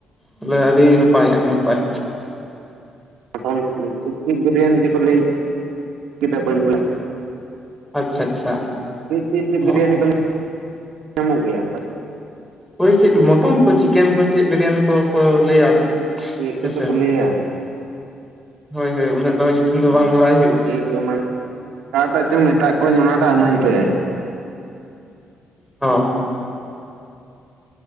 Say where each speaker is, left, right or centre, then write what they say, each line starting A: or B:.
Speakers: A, in the centre; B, on the right.
A: ᱛᱟᱞᱦᱮ ᱟᱹᱰᱤ ᱱᱟᱯᱟᱭ ᱟᱹᱰᱤ ᱱᱟᱯᱟᱭ᱾
B: ᱴᱚᱱ ᱪᱮᱫᱼᱪᱮᱫ ᱵᱤᱨᱭᱟᱱᱤ ᱡᱮᱠᱚ ᱞᱟᱹᱭ <inaudible> ᱠᱮᱫᱟ ᱵᱟᱹᱧ ᱵᱩᱡ
A: ᱟᱪᱪᱷᱟ ᱟᱪᱪᱷᱟ
B: ᱪᱮᱜ ᱪᱮᱜ ᱪᱮᱜ ᱵᱤᱨᱭᱟᱱᱤ
A: ᱚ
B: ᱠᱚ <inaudible> ᱧᱟᱢᱚᱜ ᱜᱮᱭᱟ?
A: ᱚᱳᱭ ᱪᱮᱫ ᱢᱚᱴᱚᱱ ᱠᱚ ᱪᱤᱠᱮᱱ ᱠᱚ ᱪᱮᱫ ᱵᱤᱨᱭᱟᱱᱤ ᱠᱚ ᱠᱚ ᱞᱟᱹᱭᱟ᱾
B: ᱪᱮᱫ ᱠᱚᱪᱚ
A: ᱦᱮᱸᱥᱮ
B: ᱠᱚ ᱞᱟᱹᱭᱟ
A: ᱦᱳᱭ ᱦᱳᱭ ᱩᱱᱟᱹᱜ ᱫᱚ ᱧᱩᱛᱩᱢ ᱫᱚ ᱵᱟᱝ ᱵᱟᱲᱟᱭ ᱦᱩᱭᱩᱜᱼᱟ᱾
B: ᱴᱷᱤᱠ ᱚᱱᱟ,
A: ᱟᱪᱪᱷᱟ
B: ᱚᱠᱟᱴᱟᱜ ᱪᱚᱝ ᱢᱮᱛᱟᱜ ᱠᱚᱣᱟᱹᱧ ᱚᱱᱟᱴᱟᱜ ᱮᱢᱟᱹᱧ ᱯᱮ
A: ᱚᱜ᱾